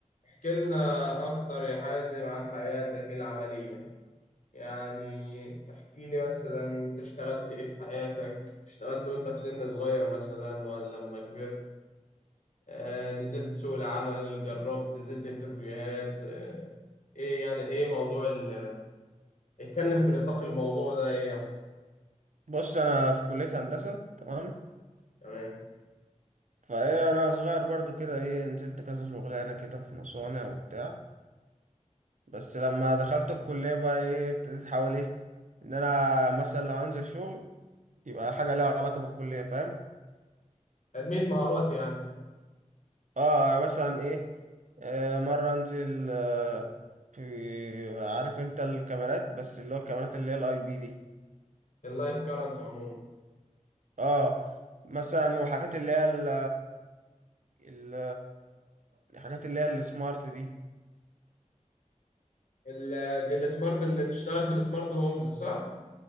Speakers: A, on the left; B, on the right.
A: احكي لنا أكتر يا حازم عن حياتك العملية يعني احكي لي مثلا أنت اشتغلت إيه في حياتك اشتغلت وأنت في سن صغير مثلا ولا لما كبرت آه نزلت سوق العمل جربت نزلت انترفيوهات آه إيه يعني إيه موضوع ال... اتكلم في نطاق الموضوع ده إيه يعني
B: بص انا في كلية هندسة تمام
A: تمام
B: فايه انا صغير برضو كده ايه نزلت كذا شغلانة كده في مصانع وبتاع بس لما دخلت الكلية بقى ايه ابتديت احاول ايه ان انا مثلا لو هنزل شغل يبقى حاجة ليها علاقة بالكلية فاهم
A: تنمية مهارات يعني
B: اه يعني مثلا ايه آه مرة انزل آه في عارف انت الكاميرات بس اللي هو الكاميرات اللي هي الاي بي دي
A: اللايت كارنت عموما
B: اه مثلا وحاجات اللي هي ال ال- الحاجات اللي هي السمارت دي
A: ال... دي السمارت اللي بتشتغل في السمارت هومز صح؟